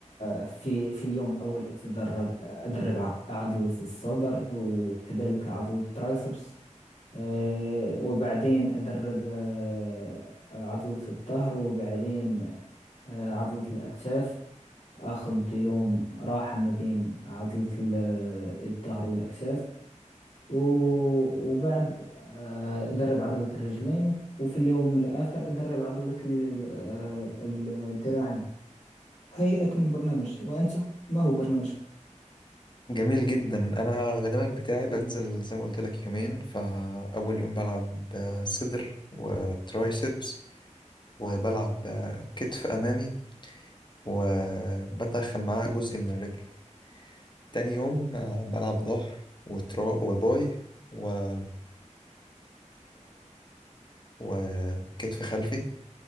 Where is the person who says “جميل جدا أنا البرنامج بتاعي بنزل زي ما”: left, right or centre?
Left